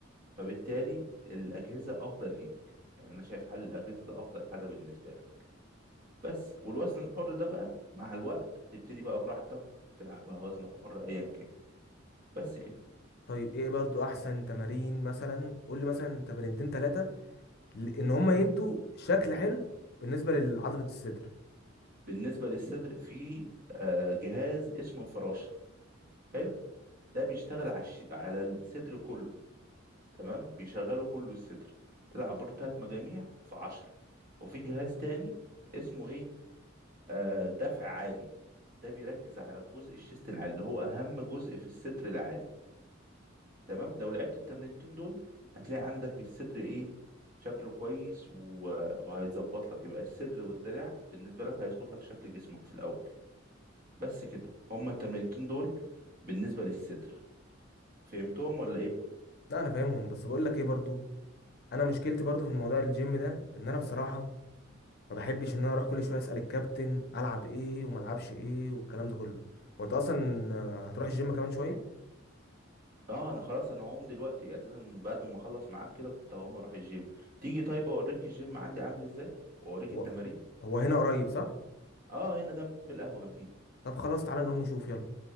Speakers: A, on the right; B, on the left.
A: فبالتالي الأجهزة أفضل ليك يعني أنا شايف حل الأجهزة ده أفضل حاجة بالنسبة لك بس والوزن الحر ده بقى مع الوقت تبتدي بقى براحتك تلعب بقى وزن حر أيا كان بس كده
B: طيب ايه برضو احسن تمارين مثلا قول لي مثلا تمرينتين ثلاثه ان هم يدوا شكل حلو بالنسبه لعضله الصدر
A: بالنسبة للصدر في آه، جهاز اسمه الفراشة حلو ده بيشتغل على الش- على الصدر كله تمام بيشغلوا كله الستر تلعب برضه تلات مجاميع في عشرة وفي جهاز تاني اسمه ايه آه دفع عالي ده بيركز على الجزء الشيست العالي اللي هو اهم جزء في الصدر العالي تمام لو لعبت التمرينتين دول هتلاقي عندك الصدر ايه شكله كويس و... وهيظبط لك يبقى الصدر والدراع بالنسبة لك هيظبط لك شكل جسمك في الأول بس كده هما التمرينتين دول بالنسبة للصدر فهمتهم ولا ايه
B: لا انا فاهمهم بس بقول لك ايه برضو انا مشكلتي برضو في الموضوع الجيم ده ان انا بصراحه ما بحبش ان انا اروح كل شويه اسال الكابتن العب ايه وما العبش ايه والكلام ده كله وانت اصلا آه، هتروح الجيم كمان شويه
A: اه انا خلاص انا هقوم دلوقتي اساسا بعد ما اخلص معاك كده كنت هقوم اروح الجيم تيجي طيب اوريك الجيم عندي عامل ازاي واوريك
B: هو
A: التمارين
B: هو هنا قريب صح
A: اه هنا جنب القهوة جنبينا
B: طب خلاص تعالى نقوم نشوف يلا